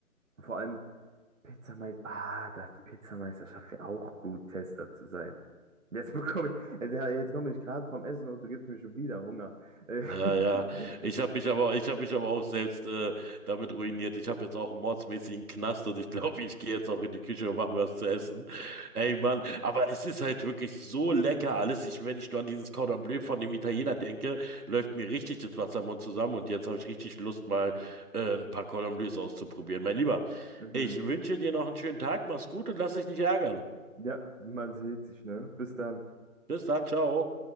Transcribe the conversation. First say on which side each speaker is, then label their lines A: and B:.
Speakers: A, on the right; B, on the right.
A: Vor allem Pizzameister, ah, das Pizzameisterschaft wäre auch gut, Tester zu sein. Jetzt bekomme ich, jetzt, ja, jetzt komme ich gerade vom Essen und du gibst mir schon wieder Hunger. Äh,
B: Ja, ja.
A: <laughs>
B: Ich habe mich aber, ich habe mich aber auch selbst äh, damit ruiniert. Ich habe jetzt auch einen mordsmäßigen Knast und ich glaube, ich gehe jetzt auch in die Küche und mache mir was zu essen. Ey, Mann, aber es ist halt wirklich so lecker alles. Ich, wenn ich nur an dieses Cordon Bleu von dem Italiener denke, läuft mir richtig das Wasser im Mund zusammen und jetzt habe ich richtig Lust, mal äh, ein paar Cordon Bleus auszuprobieren. Mein Lieber,
A: Mhm.
B: ich wünsche dir noch einen schönen Tag, mach's gut und lass dich nicht ärgern.
A: Ja, man sieht sich, ne? Bis dann.
B: Bis dann, ciao.